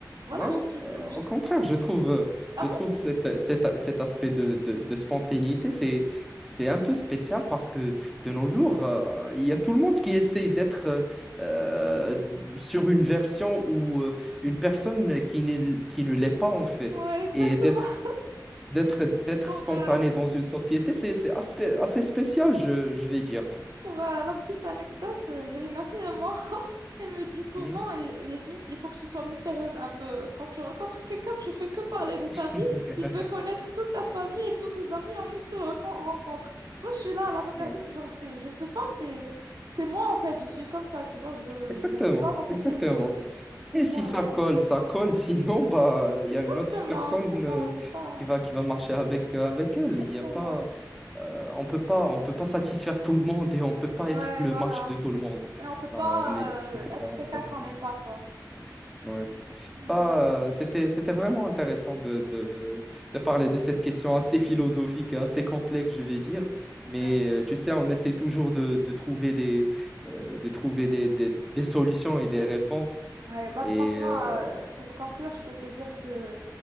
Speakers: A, on the right; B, in the centre.
A: voilà,
B: non, non,
A: je suis...
B: euh,
A: euh, je-
B: au contraire, je trouve, euh,
A: Ah
B: je
A: bon?
B: trouve cet, cet- cet aspect de, de- de spontanéité, c'est, c'est un peu spécial parce que de nos jours, euh, il y a tout le monde qui essaye d'être euh, euh, sur une version ou euh, une personne qui n'est, qui ne l'est pas en fait,
A: Ouais, exactement.
B: et d'être
A: <laughs>
B: d'être d'être
A: Pour,
B: spontané
A: euh,
B: dans une société, c'est c'est aspe- assez spécial, je, je vais dire.
A: pour euh, la petite anecdote, euh, j'ai une amie à moi, <laughs> elle me dit souvent,
B: Mhm.
A: Y- Yasmine, il faut que tu sois mystérieuse un peu. Quand tu rencontres quelqu'un, tu fais que parler de ta
B: <laughs>
A: vie, il peut connaître toute ta famille et tous tes amis en une seule recon- rencontre. Moi, je suis là à la regarder,
B: Ouais.
A: genre, c'est, je peux pas, c'est, c'est moi en fait, je suis comme ça, tu vois, je, je
B: Exactement,
A: peux pas m'empêcher
B: exactement.
A: de,
B: Et
A: de parler.
B: si ça colle, ça colle. <laughs> Sinon, bah, il
A: Exactement,
B: y a une autre personne
A: c'est bon,
B: euh,
A: j'ai pas...
B: qui va qui va marcher avec euh, avec elle. Il
A: Exactement.
B: y a pas, euh, on peut pas, on peut pas satisfaire tout le monde et on peut pas
A: Ouais,
B: être le
A: voilà.
B: match de tout le monde.
A: Et on peut pas
B: Bah, on est différentes
A: euh, être quelqu'un
B: personnes.
A: qu'on n'est pas, quoi.
B: Ouais.
A: Ouais,
B: Ah, euh, c'était, c'était vraiment intéressant de, de, de parler de cette question assez philosophique, et assez complexe, je vais dire.
A: ouais.
B: Mais euh, tu sais, on essaie toujours de, de trouver des, euh, de trouver des, des, des solutions et des réponses.
A: Ouais, bah
B: Et
A: franchement,
B: euh,
A: euh, pour conclure, je peux te dire que